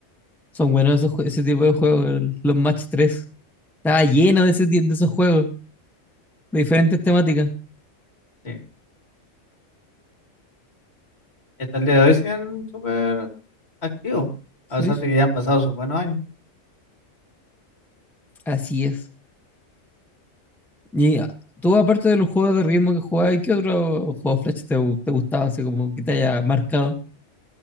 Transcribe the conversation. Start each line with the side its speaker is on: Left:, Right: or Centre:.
Centre: Son buenos esos jue- ese tipo de juegos, el- los Match tres Estaba lleno de, ese ti- de esos juegos, de diferentes temáticas.
Left: Sí. Y hasta el día de hoy siguen súper activos,
Centre: Sí,
Left: a pesar
Centre: sí.
Left: de que ya han pasado sus buenos años.
Centre: Así es. Y ah, tú, aparte de los juegos de ritmo que jugabas, ¿qué otro juego Flash te, gu- te gustaba, así como que te haya marcado?